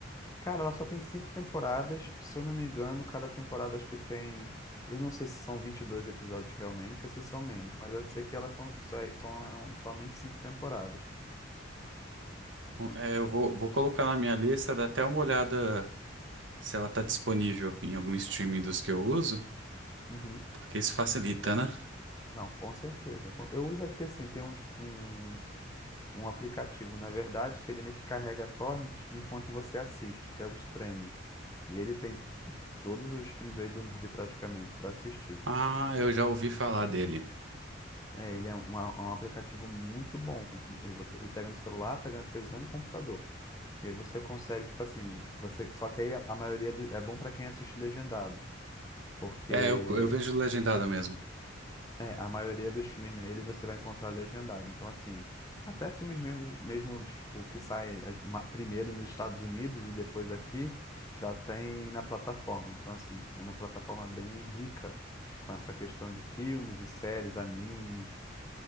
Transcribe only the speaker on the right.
Bom, é, eu vou, vou colocar na minha lista, dar até uma olhada se ela tá disponível em algum streaming dos que eu uso,
porque isso facilita, né?
Ah, eu já ouvi falar dele.
É, eu, eu vejo legendado mesmo.